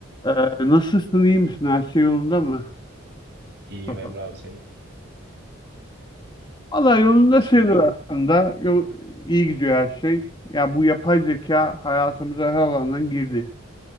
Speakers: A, on the left; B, on the right.
A: Ee, nasılsın, iyi misin? Her şey yolunda mı
B: İyiyim
A: Mustafa?
B: Emre abi senin.
A: Valla yolunda
B: Nasıl
A: sayılır
B: gidiyor?
A: aslında. Yol, iyi gidiyor her şey. Ya bu yapay zeka hayatımıza her alandan girdi.